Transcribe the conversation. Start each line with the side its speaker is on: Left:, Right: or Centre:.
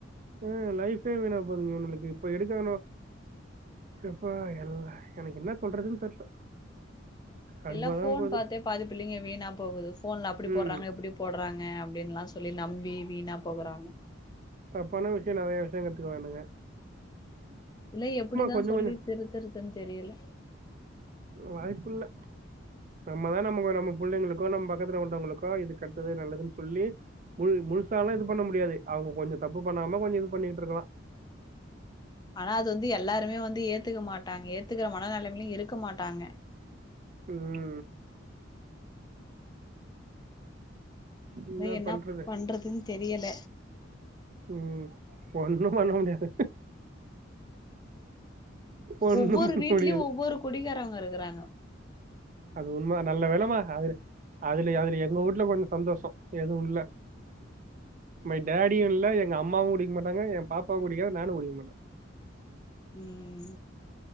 Right: ஆ லைஃபே வீணா போதுங்க நம்ளுக்கு இப்ப எடுக்க ணு சப்பா எல்லா எனக்கு என்ன சொல்றதுன் தெர்ல கடுப்பா
Left: எல்லா ஃபோன்
Right: தான் போது.
Left: பாத்தே பாதிப்புள்ளைங்க வீணா போகுது ஃபோன்ல அப்படி
Right: ம்.
Left: போடுறாங்க இப்டிப் போட்றாங்க அப்டின்லா சொல்லி நம்பி வீணா போகுறாங்க
Right: தப்பான விஷயு நெறைய விஷய கத்துக்குராணுங்க
Left: இலய் எப்படிதான்
Right: கொஞ்சம்
Left: சொல்லி
Right: கொஞ்சம்
Left: திருத்துருதுன் தெரியல
Right: வாய்ப்புல்ல நம்மதா நம்முகு நம்ம புள்ளைங்களுக்கோ நம் பக்கத்துல உள்ளவங்களுக்கோ இது கெட்டுது நல்லதுன் சொல்லி முல் முழுசாலா இது பண்ண முடியாது அவங்க கொஞ்சு தப்பு பண்ணாம கொஞ்ச் இது பண்ணிட்ருக்கலா
Left: ஆனா அது வந்து எல்லாருமே வந்து ஏத்துக்க மாட்டாங்க ஏத்துக்ற மனநிலமிலு இருக்க மாட்டாங்க
Right: உம் என்ன
Left: து என்னாப்
Right: பண்றது
Left: பண்றதுன் தெரியல
Right: உம் ஒன்னு பண்ண முடியாது ஒண்ணு
Left: ஒவ்வொரு
Right: பண்ண
Left: வீட்லயு
Right: முடியாது
Left: ஒவ்வொரு குடிக்காரவங்க இருக்குறாங்கோ
Right: அது உண்ம நல்ல வேலமா அவுரு அதுல அதுல எங்க வூட்ல கொஞ்சோ சந்தோஸோ எதுவுல்ல மை டாட் டீயுல்ல எங்க அம்மாவு குடிக்க மாட்டாங்க எ பாப்பா குடிக்காத் நானு குடிக்க மாட்டே
Left: உம்